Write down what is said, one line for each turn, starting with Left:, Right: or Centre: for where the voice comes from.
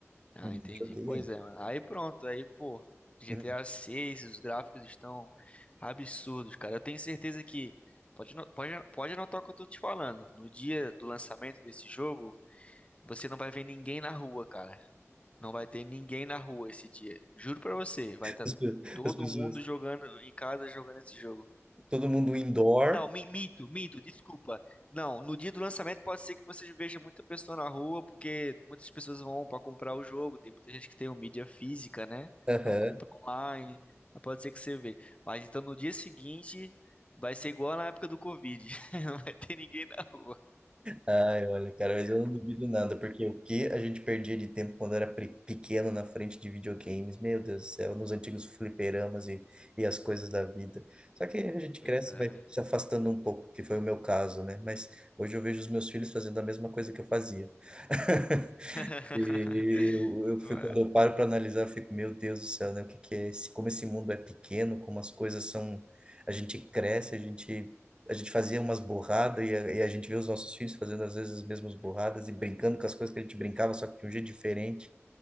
Left: Ah,
Right: Uhum,
Left: entendi.
Right: Não joguei
Left: Pois
Right: ainda.
Left: é, mano. Aí pronto, aí, pô, GTA
Right: Uhum.
Left: seis os gráficos estão absurdos, cara. Eu tenho certeza que pode, ano- pode, pode anotar o que eu tô te falando. No dia do lançamento desse jogo, você não vai ver ninguém na rua, cara. Não vai ter ninguém na rua esse dia. Juro pra você, vai estar
Right: As pe-
Left: todo
Right: as pessoas,
Left: mundo jogando em casa jogando esse jogo.
Right: todo mundo indoor.
Left: Não, mi- minto, minto, desculpa. Não, no dia do lançamento pode ser que você veja muita pessoa na rua, porque muitas pessoas vão pra comprar o jogo. Tem muita gente que tem o mídia física, né?
Right: Aham.
Left: Não compra online. Mas Pode ser que você vê. Mas então no dia seguinte vai ser igual na época do Covid. <laughs> Não vai ter ninguém na rua.
Right: Ai, olha, cara, mas eu não duvido nada, porque o que a gente perdia de tempo quando era pre- pequeno na frente de videogames, meu Deus do céu, nos antigos fliperamas e, e as coisas da vida. Só que a gente
Left: Pois
Right: cresce,
Left: é.
Right: e vai se afastando um pouco, que foi o meu caso, né? Mas hoje eu vejo os meus filhos fazendo a mesma coisa que eu fazia. <laughs>
Left: <laughs>
Right: E eu, eu fico,
Left: Não é.
Right: quando eu paro para analisar, eu fico, meu Deus do céu, né? O que que é esse, como esse mundo é pequeno, como as coisas são, a gente cresce, a gente a gente fazia umas borradas e a, e a gente vê os nossos filhos fazendo às vezes as mesmas borradas e brincando com as coisas que a gente brincava, só que de um jeito diferente.